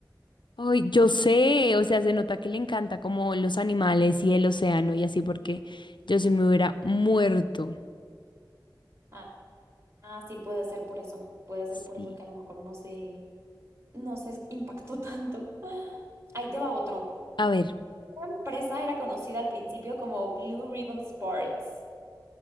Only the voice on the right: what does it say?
Ah, ah, sí, puede ser por eso, puede ser
por eso que a lo mejor no se, no se impactó <laughs> tanto. Ahí te va otro.
Esta empresa era conocida al principio como Blue Ribbon Sports.